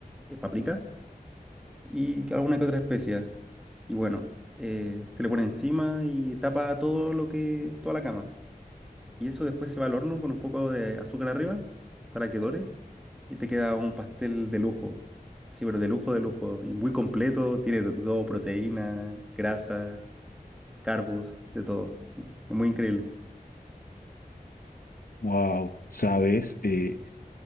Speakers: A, in the centre; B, on the left.
A: eh, paprika, y alguna que otra especia. Y bueno, eh, se le pone encima y tapa todo lo que, toda la cama. Y eso después se va al horno con un poco de azúcar arriba para que dore y te queda un pastel de lujo. Sí, pero de lujo, de lujo. Y muy completo, tiene de todo, proteína, grasa, carbos, de todo. Es muy increíble.
B: Wow, ¿sabes? Eh,